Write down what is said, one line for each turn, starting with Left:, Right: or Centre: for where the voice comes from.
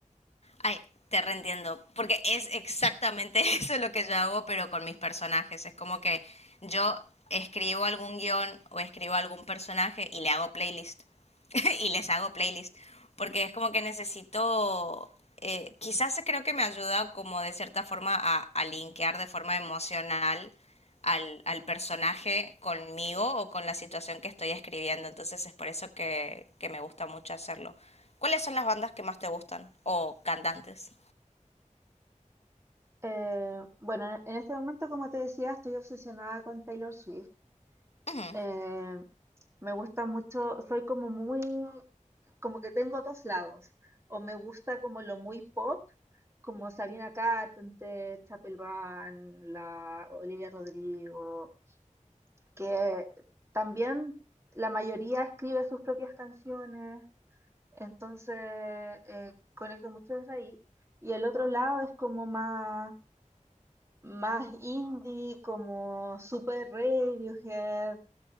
Left: ay, te reentiendo, porque es exactamente <laughs> eso lo que yo hago, pero con mis personajes. Es como que yo escribo algún guión o escribo algún personaje y le hago playlist. <laughs> y les hago playlist, porque es como que necesito, eh, quizás creo que me ayuda como de cierta forma a, a linkear de forma emocional al, al personaje conmigo o con la situación que estoy escribiendo, entonces es por eso que, que me gusta mucho hacerlo. ¿Cuáles son las bandas que más te gustan o cantantes?
Right: Eh, bueno, en este momento, como te decía, estoy obsesionada con Taylor Swift.
Left: Ujú,
Right: Eh, me gusta mucho, soy como muy, como que tengo dos lados. O me gusta como lo muy pop, como Sabrina Carpenter, Chapel Van, la Olivia Rodrigo, que también la mayoría escribe sus propias canciones. Entonces, eh, conecto mucho desde ahí. Y el otro lado es como más, más indie, como super Radiohead,